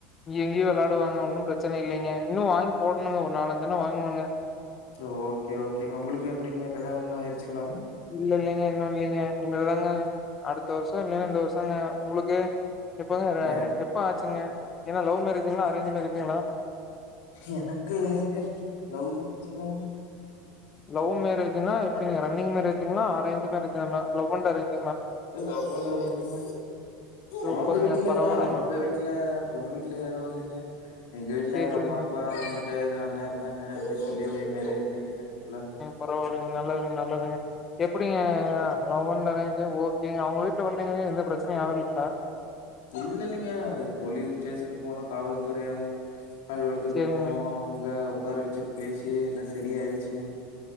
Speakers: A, on the left; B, on the left.
A: இங்கியு இங்கியு வெள்ளாடுவாங்க ஒன்னும் பிரச்சன இல்லீங்க உன்னோ வாங்கி போட்ணுங்க ஒரு நாலஞ்சு தான வாங்கணுங்க
B: ஓகே ஓகேங்க உங்குளுக்கு எப்பிடிங்க கல்யாணம்லா ஆயிருச்சுங்ளா
A: இல்ல இல்லைங்க இன்னு இல்லைங்க இனிமேல் தாங்க அடுத்த வருஷம் இல்லேனா இந்த வருஷங்க உங்குளுக்கு எப்போங்க
B: எ
A: எப்ப ஆச்சுங்க என்ன லவ் மேரேஜீங்ளா அரேஞ்ச் மேரேஜீங்ளா
B: எனக்கு ஏங்க லவ் மேரேஜ்ஜல்லா
A: லவ்வு மேரேஜ்னா எப்டிங்க ரன்னிங் மேரஜ்ங்ளா அரேஞ்சி மேரேஜ்ஜிங்ளா love and arrange
B: love and அரேஞ்ச்சிங்க
A: சூப்பருங்க
B: அவங்க வீட்ல
A: பரவாயில்லைங்க
B: அவங்க வீட்ல பொண்ணு வீட்ல யாரு வர்லீங்க எங்க வீட்ல
A: சேரி
B: எங்க
A: சேரிங்க
B: அம்மா அப்பா அண்ண கிட்ட அண்ணா இருந்தாங்க அப்டி சொல்லி அப்டே மேரேஜ் பண்ணிட்டு இருக்கங்க வீட்ல
A: பரவாயில்லங்க நல்லதுங் நல்லதுங்க எப்டிங்க லவ் பண்றது ஓகேங்க அவுங்க வீட்ல வந்து எந்த ப்ரச்சனையு ஆகலைங்ளா
B: இல்ல இல்லைங்க அது போலீஸ் ஸ்டேஷன் போனு காவல்துறைய காவலத்துக்கு
A: சேரிங்க
B: போனோ அங்க உக்கார வெச்சு பேசி எல்லா சரியாடுச்சுங்க